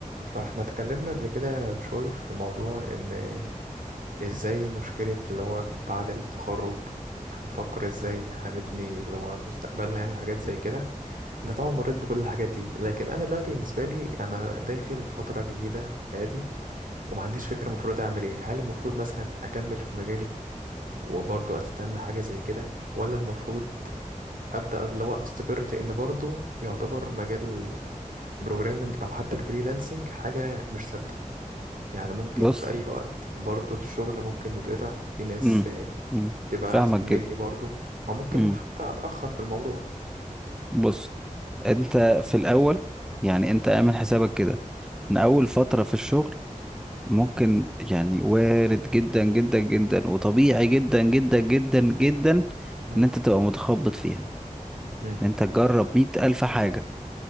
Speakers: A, on the right (about 80°); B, in the centre.
A: فاحنا اتكلمنا قبل كده بشوي في موضوع ان ازاي مشكلة اللي هو بعد التخرج هنفكر ازاي هنبني اللي هو مستقبلنا يعني حاجات زي كده انت طبعا مريت بكل الحاجات دي لكن انا دلوقتي بالنسبة لي انا داخل فترة جديدة في حياتي وما عنديش فكرة المفروض اعمل ايه هل المفروض مثلا اكمل في مجالي وبرضه استنى حاجة زي كده ولا المفروض ابدا اللي هو استقر لان برضه يعتبر مجال البروجرامينج او حتى الفريلانسنج حاجة مش ثابتة يعني ممكن
B: بص
A: في أي وقت برضو الشغل ممكن يتقطع في ناس
B: امم
A: آه،
B: امم
A: تبقى
B: فاهمك
A: أحسن مني
B: جدا
A: برضو أو ممكن
B: امم
A: حتى أتأخر في الموضوع
B: بص انت في الاول يعني انت اعمل حسابك كده ان اول فترة في الشغل ممكن يعني وارد جدا جدا جدا وطبيعي جدا جدا جدا جدا
A: مم.
B: ان انت تبقى متخبط فيها
A: مم.
B: ان انت تجرب مية الف حاجة